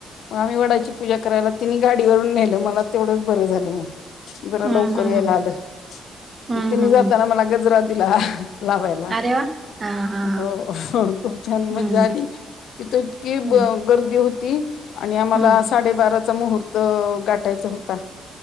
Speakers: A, on the left; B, on the right.
A: मग आम्ही वडाची पूजा करायला तिने गाडीवरून नेलं मला तेवढंच बरं झालं मग जरा
B: हम्म
A: लवकर
B: हम्म
A: यायला आलं
B: हम्म
A: मग तिने
B: हम्म हम्म हम्म
A: जाताना मला गजरा दिला लावायला
B: अरे वा हा हा हा
A: हो खूप छान
B: हम्म
A: मजा आली तिथ इतकी
B: हम्म
A: गर्दी होती आणि आम्हाला
B: हम्म
A: साडेबाराचा मुहूर्त गाठायचा होता